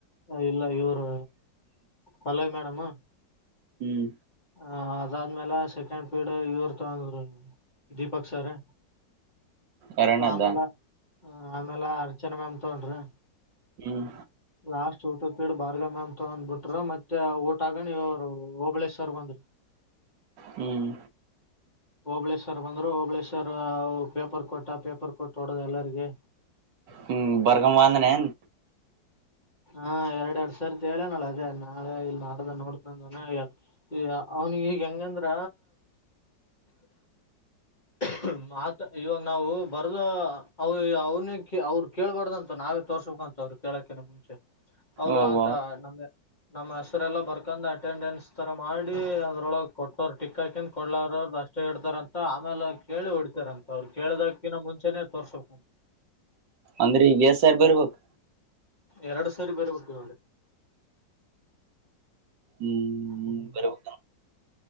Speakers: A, on the left (about 25°); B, on the right (about 75°).
A: ಇಲ್ಲ ಇವ್ರು ಪಲ್ಲವಿ ಮೇಡಮ್ಮು.
B: ಹ್ಮ್
A: ಹ ಅದಾದ್ಮೇಲೆ ಸೆಕೆಂಡ್ ಪೀಲ್ಡ್ ಇವ್ರು ತಗಂಡ್ರು -- ದೀಪಕ್ ಸಾರೆ
B: ಎರಡನೇದ್ದ
A: ಆಮೇಲೆ. ಹ ಆಮೇಲೆ ಅರ್ಚನ ಮ್ಯಾಮ್ ತಗೊಂಡ್ರು.
B: ಹ್ಮ್
A: ಲಾಸ್ಟ್ ಊಟದ್ ಪೀಲ್ಡ್ ಭಾರ್ಗವಿ ಮ್ಯಾಮ್ ಅಂದ್ಬಿಟ್ರು ಮತ್ತೆ ತಗಣಿ ಅವ್ರು ಹೋಬಳೇಶ್ವರ್ ಬಂದ್ರು.
B: ಹ್ಮ್
A: <inaudible> ಹೋಬಳೇಶ್ವರ್ ಬಂದ್ರು ಹೋಬಳೇಶ್ವರ ಅವು ಪೇಪರ್ ಕೊಟ್ಟ ಪೇಪರ್ ಕೊಟ್ಟು ಹೊಡದ ಎಲ್ಲರಿಗೆ.
B: ಹ್ಮ್ ಬರ್ಗ್ ಬಂದನೆನ್
A: ಹಾ ಎರಡ್ ಎರಡ್ ಸರಿ ಹೇಳೇನಲ ಅದೇ ನಾಳೆ ಇಲ್ಲ ನಡ್ದು ನೋಡ್ತನಂದನ -- ಈಗ ಅವ್ನಿಗ್ ಈಗ ಹೆಂಗಂದ್ರ ಹ್ಮ ಮಾತ ಇವಾಗ ನಾವು ಬರ್ದು ಅವ ಅವನೇ ಅವ್ರು ಕೆ ಕೇಳಳ್ಬಾರ್ದಂತ ನಾವೇ ತೋರ್ಸ್ಬೇಕಂತ ಅವ್ರಿಗೆ. ಎದ್ದೇಳಗಿನ್ನ ಮುಂಚೆ ಅವ್ರು
B: ಓಬ
A: ಆತ ನಮ್ಮ ನಮ್ಮ್ ಹೆಸರೆಲ್ಲ ಬರ್ಕೊಂಡ್ ಅಟೆಂಡೆನ್ಸ್ ತರ ಮಾಡಿ ಅದ್ರೊಳಗೆ ಕೊಟ್ಟವ್ರು ಟಿಕ್ ಹಾಕೊಂಡು ಕೊಡ್ಲಾರ ಅವ್ರ್ದ ಅಷ್ಟ ಇಷ್ಟ ಹೇಡ್ತಾರ ಅಂತ ಆಮೇಲೆ ಕೇಳಿ ಹೊಡಿತಾರ ಅಂತ ಅವ್ರು ಕೇಳದಕಿಂತ ಮುಂಚೆನೇ ತೋರ್ಸಬೇಕು.
B: ಅಂದ್ರೆ ಈಗ್ ಎಸ್ ಸರ್ ಬರ್ಬೇಕು.
A: ಎರಡು ಸರಿ ಬರಿಬೇಕು.
B: ಹ್ಮ್
A: ಹ್ಮ್
B: ಬರ್ಬೇಕ